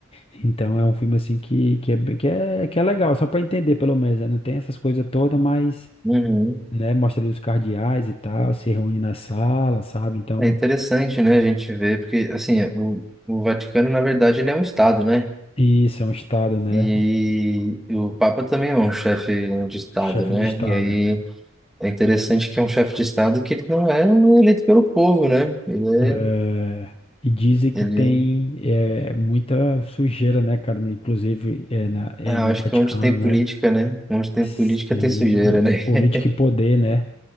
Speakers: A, on the left; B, in the centre.
A: Então é um filme assim que, que é, bem- que é, que é legal, só para entender pelo menos, né? Não tem essas coisas todas, mas,
B: Uhum.
A: né, mostra ali os cardeais e tal, se reúne na sala, sabe? Então,
B: É interessante, né, a gente ver, porque, assim, é, o, o Vaticano, na verdade, ele é um Estado, né?
A: isso é um estado, né?
B: E o Papa também é um chefe de Estado,
A: Chefe
B: né?
A: de estado.
B: E aí é interessante que é um chefe de Estado que ele não é eleito pelo povo, né? Ele
A: É, e dizem
B: é,
A: que
B: ele...
A: tem é, muita sujeira, né, cara? né, Inclusive é, na- é
B: Ah,
A: no
B: eu acho
A: Vaticano,
B: que onde tem política,
A: né?
B: né? Onde tem
A: Sem
B: política tem sujeira, né?
A: política
B: <laughs>
A: e poder, né?